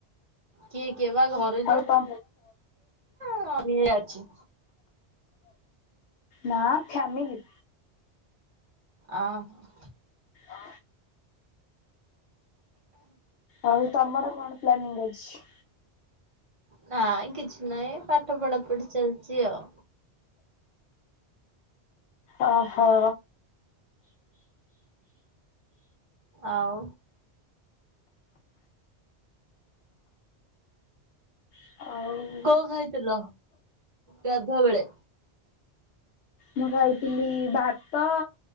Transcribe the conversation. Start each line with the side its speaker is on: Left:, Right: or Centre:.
Right: କିଏ କି ବା ଘରୁ
Left: ଆଉ ତମ
Right: <unintelligible> ଅଛି
Left: ନା ଫ୍ୟାମିଲି।
Right: ଅ ହ
Left: ଅ ଆଉ ତମର କଣ ପ୍ଲାନିଂ ଅଛି?
Right: ନାଁ କିଛି ନାହିଁ ପାଠ ପଢା ପଢି ଚାଲିଚି ଆଉ।
Left: ଓହୋ।
Right: ଆଉ
Left: ଆଉ
Right: କୋଉ ଖାଇଥିଲ ଗାଧୁଆ ବେଳେ?
Left: ମୁଁ ଖାଇଥିଲି ଭାତ